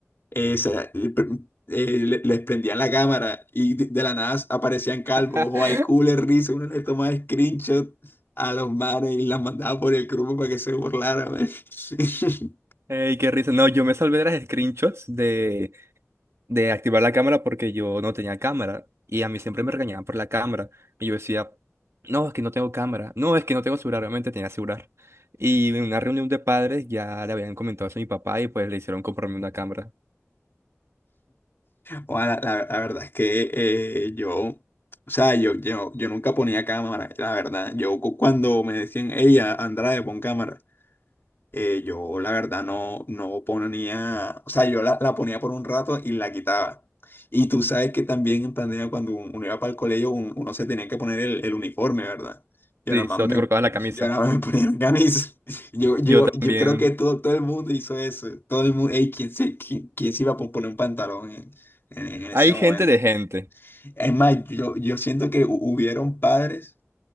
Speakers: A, on the left; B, on the right.
A: eh, sa- pr- eh, le- les prendían la cámara y de, de la nada aparecían calvos,
B: <laughs>
A: o hay cooler, risa, uno le tomaba screenshot a los manes y las mandaba por el grupo para que se burlaran. man. <laughs>
B: Ey, qué risa. No, yo me salvé de las screenshots de, de activar la cámara porque yo no tenía cámara y a mí siempre me regañaban por la cámara y yo decía, no, es que no tengo cámara, no, es que no tengo celular, obviamente tenía celular. Y en una reunión de padres ya le habían comentado eso a mi papá y pues le hicieron comprarme una cámara.
A: O la, la- la verdad es que eh, yo, o sea, yo, yo, yo nunca ponía cámara, la verdad. Yo cu- cuando me decían, ella, Andrade, pon cámara. eh, yo la verdad no, no ponía, o sea, yo la, la ponía por un rato y la quitaba. Y tú sabes que también en pandemia cuando un- uno iba para el colegio un- uno se tenía que poner el, el uniforme, ¿verdad? Yo
B: Sí,
A: nada más
B: solo
A: me,
B: te colocabas
A: <laughs>
B: la camisa.
A: yo nada más me ponía la camisa. <laughs> Yo, yo,
B: Yo también.
A: yo creo que todo, todo el mundo hizo eso. Todo el mundo, ey, ¿quién se, quién, quién se iba a po- poner un pantalón en, en, en ese
B: Hay
A: momento?
B: gente de gente.
A: Es más, yo, yo siento que hu- hubieron padres